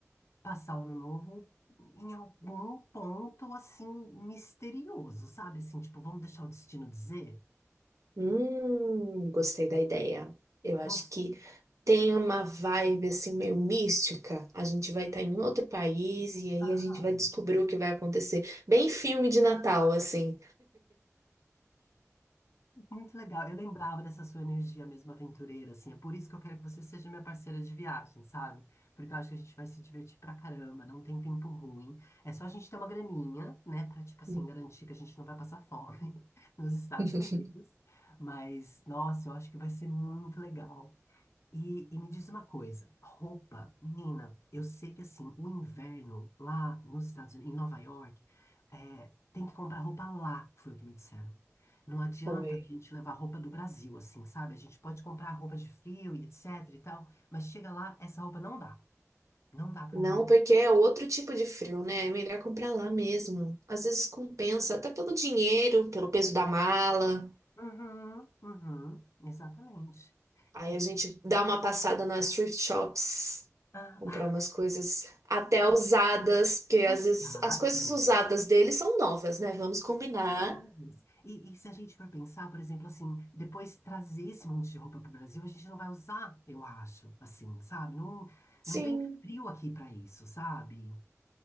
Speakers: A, on the left (about 60°); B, on the right (about 70°).
A: passar o ano novo em algum ponto assim misterioso, sabe? Assim, tipo, vamos deixar o destino dizer?
B: Hum, gostei da ideia. Eu acho
A: Você...
B: que tem uma vibe assim meio mística. A gente vai estar em outro país e aí
A: Ah,
B: a gente vai descobrir o que vai acontecer. Bem filme de Natal, assim.
A: Muito legal. Eu lembrava dessa sua energia mesmo aventureira, assim. É por isso que eu quero que você seja minha parceira de viagem, sabe? Porque eu acho que a gente vai se divertir pra caramba, não tem tempo ruim. É só a gente ter uma graninha, né? Pra, tipo assim,
B: Hum.
A: garantir que a gente não vai passar fome <laughs> nos Estados
B: <laughs>
A: Unidos. Mas, nossa, eu acho que vai ser muito legal. E, e me diz uma coisa, roupa, menina, eu sei que assim, o inverno lá nos Estados Unidos, em Nova York, é, tem que comprar roupa lá, foi o que me disseram. Não adianta
B: Foi.
A: a gente levar roupa do Brasil, assim, sabe? A gente pode comprar roupa de frio e etc e tal, mas chega lá, essa roupa não dá. Não dá pro
B: Não,
A: inverno.
B: porque é outro tipo de frio, né? É melhor comprar lá mesmo. Às vezes compensa, até pelo dinheiro, pelo peso da mala.
A: Uhum, uhum, exatamente.
B: Aí
A: E,
B: a gente dá uma passada nas thrift shops.
A: ah,
B: Comprar umas coisas até usadas, porque
A: <laughs>
B: às
A: exato.
B: vezes as coisas usadas dele são novas, né? Vamos combinar.
A: Mas, E, e se a gente for pensar, por exemplo, assim, depois trazer esse monte de roupa para o Brasil, a gente não vai usar, eu acho, assim, sabe? Não,
B: Sim.
A: não tem frio aqui para isso, sabe?